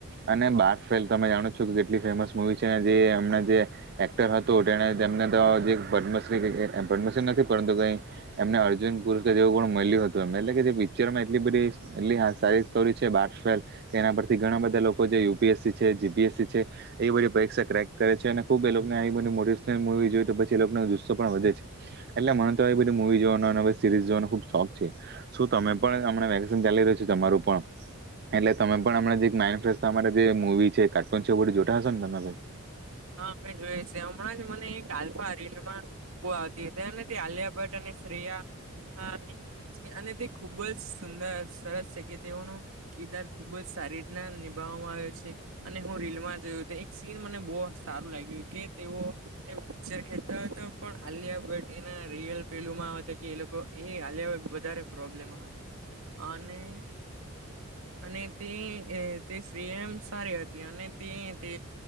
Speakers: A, on the right (about 45°); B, on the right (about 70°).
A: અને બારફેલ તમે જાણો છો કે કેટલી ફેમસ મુવી છે, જે એમના જે એક્ટર હતું તેને તેમને તો જે પદ્મશ્રી પદ્મશ્રી નથી પરંતુ કઈ એમને અર્જુન પુર જેવું પણ મળ્યું હતું, એ એટલે કે જે પિક્ચરમાં એટલી બધી એટલી હા સારી સ્ટોરી છે, બટફેલ કે એના પરથી ઘણા બધા લોકો જે યુપીએસસી છે જીપીએસસી છે એ બધી પરીક્ષા ક્રેક કરે છે, અને ખુબ એ લોકોને આ બધી મોટીવેશનલ મુવી જોઈએ તો પછી એ લોકોનો જુસ્સો પણ વધે છે, એટલે મને તો આ બધી મુવી જોવાનો સીરીઝ જોવાનો ખુબ શોખ છે, શું તમે પણ હમણા વેકેશન ચાલી રહ્યું છે, તમારું પણ એટલે તમે પણ અમણાં થી જે માઇન્ડ ફ્રેશ તમારા જે મુવી છે કાર્ટુન છે બધું જોતા હશો ને તમે ભાઈ
B: હા અમે જોઈએ છે, હમણાં જ મને એક આલ્ફા રીલમાં બહુ આવતી હતી નથી આલિયા ભટ્ટ અને શિયા અને તે ખુબ જ સુંદર સરસ છે, કે તેઓનું કીરદાર ખુબ જ સારી રીતના નિભાવવામાં આવે છે, અને હું રીલ માં જોયો એક સીન મને બહ સારું લાગ્યું કે તેઓ પિક્ચર ખેચતા હતા, પણ આલિયા ભટ એના રીયલ પેલુંમાં હતુ કે એ લોકો એ હલ્યા વધારે પ્રોબ્લેમ હતી, અને અને તે તે સ્ત્રી એમ સારી હતી, અને તે તે